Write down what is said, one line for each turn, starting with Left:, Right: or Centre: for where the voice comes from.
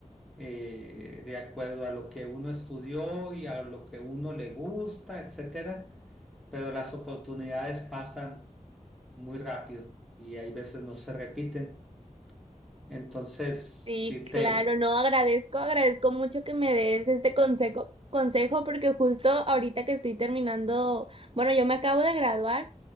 Centre: eh, de acuerdo a lo que uno estudió y a lo que uno le gusta, etcétera, pero las oportunidades pasan muy rápido y hay veces no se repiten. Entonces,
Right: Sí,
Centre: sí te...
Right: claro, no, agradezco, agradezco mucho que me des este consejo, consejo, porque justo ahorita que estoy terminando, bueno, yo me acabo de graduar